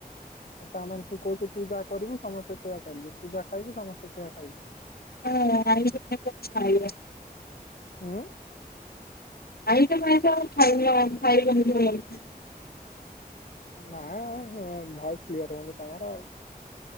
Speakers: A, on the left; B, on the left.
A: ତା ମାନେ ତୁ କହୁଛୁ ତୁ ଯାହା କରିବୁ ସମସ୍ତେ ସେୟା କରିବେ? ତୁ ଯାହା ଖାଇବୁ ସମସ୍ତେ ସେୟଆ ଖାଇବେ?
B: <unintelligible>
A: ହୁଁ
B: ଆଇଁଷ ଫାଇଁଶ ଆଉ ଖାଇନ ଖାଇବନି <unintelligible>
A: ନା ହୁଁ ଭଏସ କ୍ଲିୟର ହଉନି ତମର ଆଉ।